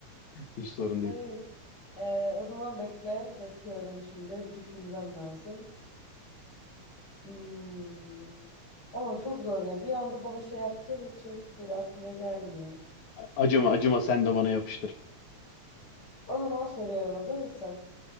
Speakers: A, on the left; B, on the left.
A: Hiç sorun
B: Ay.
A: değil.
B: Ee, o zaman bekle. Bakıyorum şimdi. Bir düşünmem lazım. Hmm. Ama çok zor ya. Bir anda bana şey yaptığın için böyle aklıma gelmiyor.
A: Acıma acıma sen de bana yapıştır.
B: O zaman soruyorum hazır mısın?